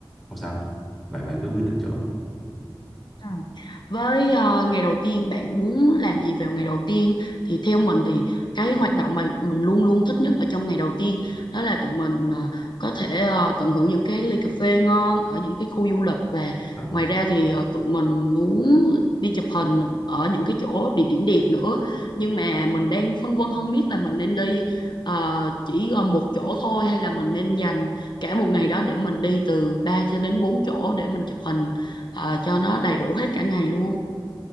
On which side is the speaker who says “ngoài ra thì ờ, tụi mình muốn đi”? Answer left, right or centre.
Left